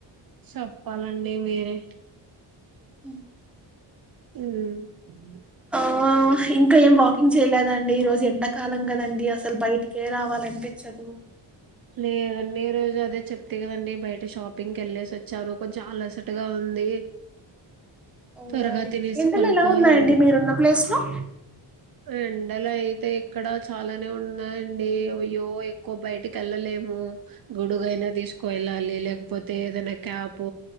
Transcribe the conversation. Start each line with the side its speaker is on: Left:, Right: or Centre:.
Right: చెప్పాలండి మీరే
Centre: ఉహ్
Right: ఉహ్మ్
Centre: ఆహ్ ఇంకా ఏం వాకింగ్ చేయలేదండి. ఈ రోజు ఎండక్ కాలం కదండి. అసలు బయటికే రావాలనిపించదు.
Right: లేదండి ఈ రోజు అదే చెప్తి కదండి. బయట షాపింగ్కి వెళ్ళేసి వచ్చాను. కొంచెం అలసటుగా ఉంది.
Centre: అవునాండి.
Right: త్వరగా తినేసి
Centre: ఎండాలో
Right: పనుకోవాలండి
Centre: ఎలా ఉన్నాయండి మీరున్న ప్లేస్ లో
Right: ఎండలు అయితే ఇక్కడ చాలానే ఉన్నాయండి. అయ్యో ఎక్కువ బయిటిక్ లేము గోడుగైనా తీసుస్కో కోయలాలి లేకపోతే. ఏదైనా క్యాప్,